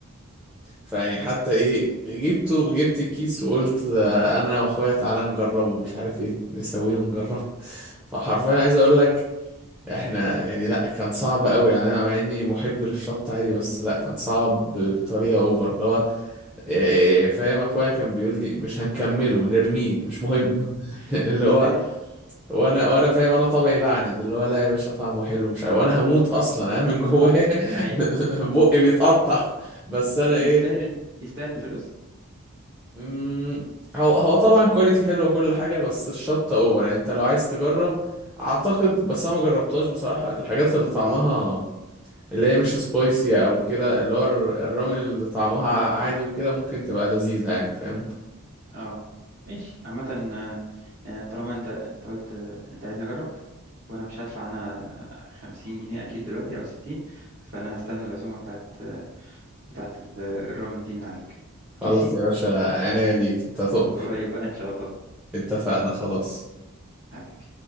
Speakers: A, in the centre; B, on the right (about 45°).
A: فيعني حتى ايه جبته جبت الكيس وقلت اه، انا واخويا تعالى نجربه مش عارف ايه نسويه ونجربه <laughs> فحرفيا عايز اقول لك احنا يعني لا كان صعب قوي يعني انا مع اني محب للشط عادي بس لا كان صعب بطريقة اوفر اللي هو إيه، إيه، إيه، فاهم اخويا كان بيقول لي مش هنكمله نرميه مش مهم <laughs>
B: <laughs>
A: اللي
B: يستاهل
A: هو وانا وانا فاهم انا طبعي بعند اللي هو لا يا باشا طعمه حلو مش عارف وانا هموت اصلا انا من جوايا <laughs>
B: يا عيني
A: بقي بيتقطع بس انا
B: طب
A: ايه
B: يستاهل ال- يستاهل الفلوس
A: مم، هو هو طبعا كواليتي حلوه كل حاجه بس الشطه اوفر يعني انت لو عايز تجرب اعتقد بس انا ما جربتهاش بصراحه الحاجات اللي طعمها اللي هي مش سبايسي او كده اللي هو الر- الرامن اللي طعمها عادي وكده ممكن تبقى لذيذه يعني فاهم
B: اه ماشي عامة آه، يعني طالما انت انت قلت آه، انت عايزني اجرب وانا مش هدفع انا خمسين جنيه اكيد دلوقتي او ستين فانا هستنى العزومة بتاعت آه، بتاعت ال- الرامن دي من عليك
A: خلاص
B: ماشي
A: يا باشا عناية ليك انت تؤمر
B: قريب بقى ان شاء الله
A: <laughs> اتفقنا خلاص
B: حبيبي